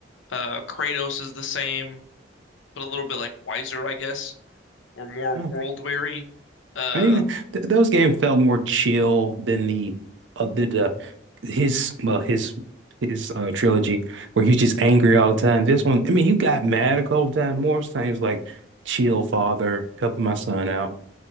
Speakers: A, on the left; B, on the right.
A: Uh, Kratos is the same, but a little bit like wiser, I guess, or more
B: No,
A: world weary. Uh,
B: I mean, th those games felt more chill than the uh, the, the his well his his uh, trilogy where he's just angry all the time. This one, I mean, he got mad a couple times. More times like, chill, father, helping my son out.